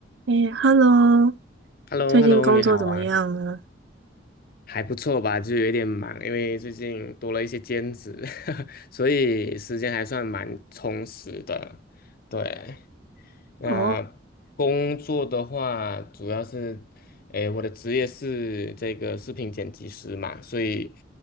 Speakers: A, on the right (about 65°); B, on the left (about 50°).
A: 诶，Hello，
B: h e l l
A: 最近工作怎么样呢？
B: o h e l l o 你好啊，还不错吧？就有点忙，因为最近多了一些兼职，<laughs> 所以时间还算蛮充实的。对，那工作的话，
A: 哦，
B: 主要是，诶，我的职业是这个视频剪辑师嘛，所以，